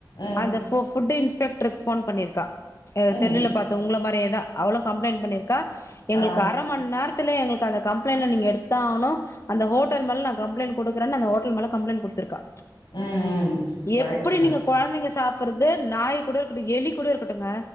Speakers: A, on the left; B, on the left.
A: ம்
B: அந்த ஃபு ஃபுட் இன்ஸ் டருக் ஃபோன் பண்ணிருகா எ
A: ம்
B: செல்லுல பாத்த உங்களு உங்கள மாரியேதா அவளு கம்ளைண் பண்ணிருக் கா
A: ஆ
B: எங்களுக் அரமன்நேர த்துல எங்களுக்கு அந்த கம்ளைண்ட்ன்ல நீங்க எடுத்துதா ஆகனு அந்த ஹோட்டல் மேல நா கம்ளைண்ட் கொடுக்குறே அந்தஹோட்டல் மேல கம்ளைண்ட் கொடுத்துருக்கா
A: ம் ம் கரெக்ட்டுங்க
B: எப்புடி நீங்க கொழந்தங்க சாப்பறது நாய்க் கூட இருக்கடும் எலி கூட இருக்கடுங்க